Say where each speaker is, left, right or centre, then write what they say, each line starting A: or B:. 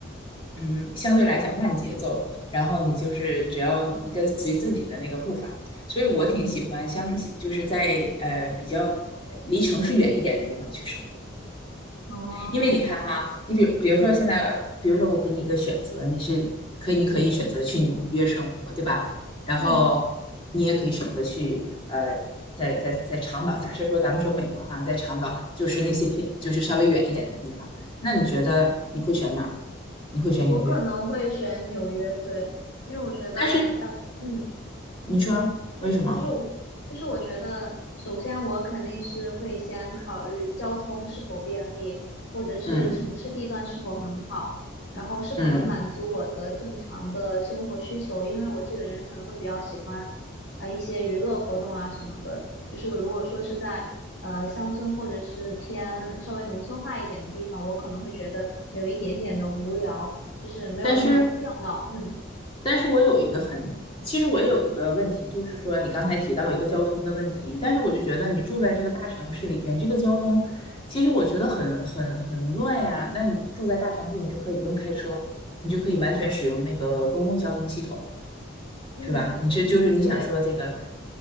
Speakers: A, on the left; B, on the left.
A: 嗯，相对来讲慢节奏，然后你就是只要你跟随自己的那个步伐，所以我挺喜欢乡，就是在呃比较离城市远一点的地方去生活。
B: 哦，
A: 因为你看哈，你比比如说现在，比如说我给你一个选择，你是可以，你可以选择去纽约生活，对吧？然后你也可以选择去呃，
B: 嗯，
A: 在在在长岛，假设说咱们说美国哈，在长岛就是那些偏就是稍微远一点的地方，那你觉得你会选哪儿？你会选纽约？
B: 我可能会选纽约，对，因为我觉得在嗯。
A: 但是你说为什么？
B: 就是我，就是我觉得，首先我肯定是会先考虑交通是否便利，或者是城市地段是否很好，
A: 嗯
B: 然后是否能满足我的正常的生活需求。
A: 嗯，
B: 因为我这个人可能会比较喜欢，呃，一些娱乐活动啊什么的。就是如果说是在呃乡村或者是偏稍微农村化一点的地方，我可能会觉得有一点点的无聊，就是没有那么热闹。
A: 但是
B: 嗯
A: 但是我有一个很，其实我有一个问题，就是说你刚才提到一个交通的问题，但是我就觉得你住在这个大城市里边，这个交通其实我觉得很很很乱呀。那你住在大城市，你就可以不用开车，你就可以完全使用那个公共交通系统，
B: 嗯，
A: 是吧？你是就是你想说这个？
B: 对，